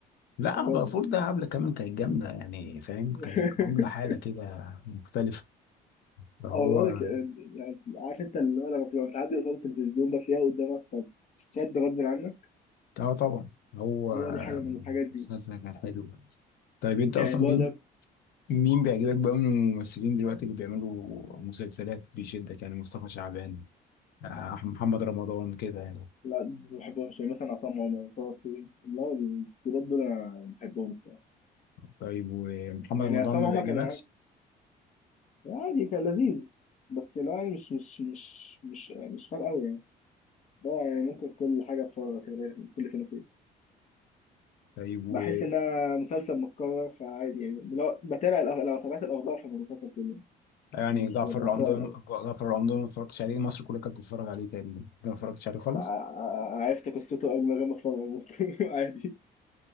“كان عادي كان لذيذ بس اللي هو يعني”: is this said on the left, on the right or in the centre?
Left